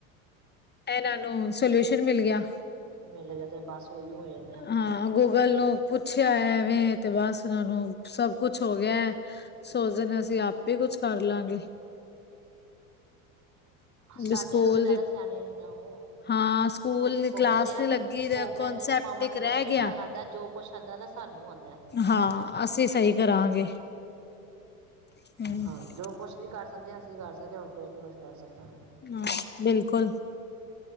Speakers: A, on the left; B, on the right.
A: ਇਹਨਾਂ ਨੂੰ ਸਲਿਊਸ਼ਨ ਮਿਲ ਗਿਆ।
B: ਮਿਲ ਜਾ ਤਾਂ ਬੱਸ ਓਹੀ ਐ।
A: ਹਾਂ, ਗੂਗਲ ਨੂੰ ਪੁੱਛਿਆ ਐਵੇਂ ਤੇ ਬੱਸ ਉਹਨਾਂ ਨੂੰ ਸੱਭ ਕੁੱਛ ਹੋ ਗਿਆ। ਸੋਚਦੇ ਨੇ ਅਸੀਂ ਆਪੇ ਕੁੱਛ ਕਰਲਾਂਗੇ।
B: ਸਾਡੇ
A: ਵੀ ਸਕੂਲ
B: ਨਾਲੋਂ ਜ਼ਿਆਦਾ
A: ਦੀ
B: ਸਿਆਣੇ ਨੇ ਨਾ ਉਹ।
A: ਹਾਂ ਸਕੂਲ
B: ਉਹ
A: ਕਲਾਸ
B: ਕਹਿੰਦੇ ਆ,
A: ਨੀ ਲੱਗੀ ਤੇ
B: ਉਹ ਕਹਿੰਦੇ
A: ਕਨਸੈਪਟ
B: ਨੇ ਮਾਵਾਂ
A: ਇੱਕ
B: ਨੂੰ ਕੁੱਛ
A: ਰਹਿ
B: ਨੀ
A: ਗਿਆ।
B: ਬਣਾਣਾ ਆਂਦਾ, ਜੋ ਕੁੱਛ ਆਂਦਾ ਨਾਂ ਸਾਨੂੰ ਆਂਦਾ।
A: ਹਾਂ, ਅਸੀਂ ਸਹੀ ਕਰਾਂਗੇ। ਹੂੰ
B: ਹਾਂ ਜੋ ਕੁੱਛ ਵੀ ਕਰ ਸਕਦੇ ਹਾਂ, ਅਸੀਂ ਕਰ ਸਕਦੇ ਆ, ਹੋਰ ਕੋਈ ਨੀ ਕੁੱਛ ਕਰ ਸਕਦਾ।
A: ਹਾਂ ਬਿਲਕੁਲ।